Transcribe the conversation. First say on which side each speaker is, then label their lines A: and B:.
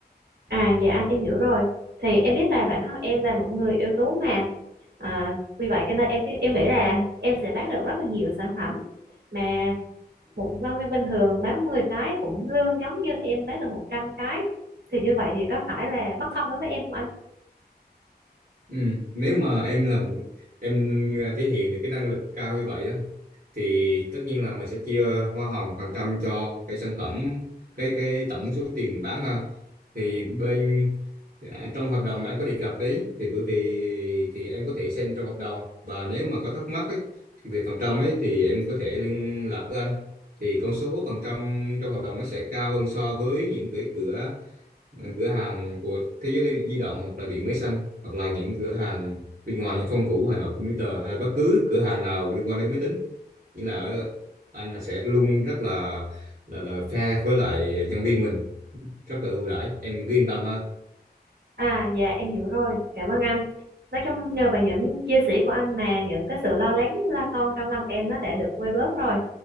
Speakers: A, on the right; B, on the right.
A: à dạ anh em hiểu rồi thì em biết là bản thân em là một người ưu tú mà à, vì vậy cho nên em em nghĩ là em sẽ bán được rất là nhiều sản phẩm mà một nhân viên bình thường bán 10 cái cũng lương giống như em bán được 100 cái thì như vậy thì có phải là bất công đối với em không
B: Ừ. Nếu mà em là một- em thể hiện được cái năng lực cao như vậy á thì tất nhiên là mình sẽ chia hoa hồng phần trăm cho cái sản phẩm cái cái tổng số tiền mình bán ha thì bên à, trong hợp đồng anh có đề cập đấy thì bởi vì thì em có thể xem trong hợp đồng và nếu mà có thắc mắc ấy, thì về phần trăm ấy thì em có thể liên lạc với anh thì con số phần trăm trong hợp đồng nó sẽ cao hơn so với những cái cửa Ờ, cửa hàng của thế giới di động hoặc là điện máy xanh hoặc là những cửa hàng bên ngoài như Phong Vũ Hà Nội Computer hay là bất cứ cửa hàng nào liên quan đến máy tính nghĩa là ở- anh là sẽ luôn rất là là là fair với lại nhân viên mình rất là ưu đãi em cứ yên tâm ha
A: À dạ em hiểu rồi, cảm ơn anh. Nói chung nhờ vào những chia sẻ của anh mà những cái sự lo lắng, lo toan trong lòng em nó đã được vơi bớt rồi.